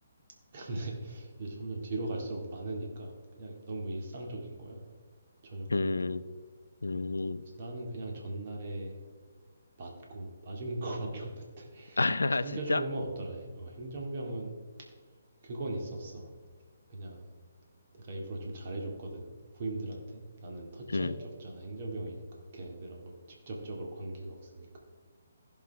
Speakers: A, on the right; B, on the left.
A: <laughs> 근데 이제 점점 뒤로 갈수록 많으니까 그냥 너무 일상적인 거야 전역하는
B: 음,
A: 게
B: 음.
A: 그래서 나는 그냥 전날에 맞고 맞은 거밖에 없는데 <laughs>
B: <laughs> 아,
A: 챙겨주는
B: 진짜?
A: 건 없더라. 해- 어, 행정병은 그건 있었어. 그냥 내가 일부러 좀 잘해줬거든. 후임들한테 나는 터치할
B: 응.
A: 게 없잖아. 행정병이니까 걔네들하고 직접적으로 관계가 없으니까.